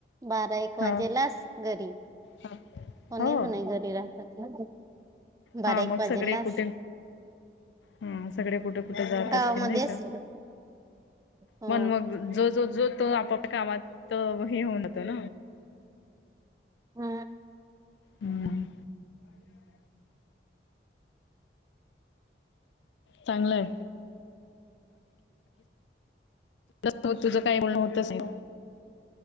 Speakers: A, on the right (about 20°); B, on the left (about 85°).
A: बारा, एक वाजेलाच
B: हा
A: घरी
B: हा
A: कोणीच
B: हो
A: नाही घरी राहतात. <inaudible> बारा
B: हा
A: एक
B: मग
A: वाजेलाच
B: सगळे कुठे हा सगळे कुठे-कुठे जातात
A: गावामध्येच
B: नाही का
A: हो
B: पण मग जो जो जो तो आपापल्या कामात हे होतो. <inaudible>
A: हम.
B: हम्म. चांगलाय तुझ-तुझं काय बोलणं होतच नाही.